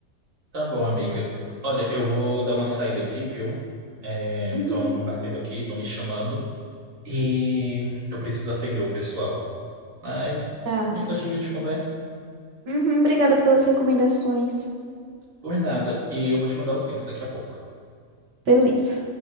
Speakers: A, on the right; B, on the right.
A: Tá bom, amiga. Olha, eu vou dar uma saída aqui, viu? Estão
B: Uhum.
A: batendo aqui, estão me chamando. E eu preciso atender o pessoal. Mas
B: Tá.
A: mais tarde a gente conversa.
B: Uhum, obrigada pelas recomendações.
A: Por nada. E eu vou te mandar os links daqui a pouco.
B: Beleza.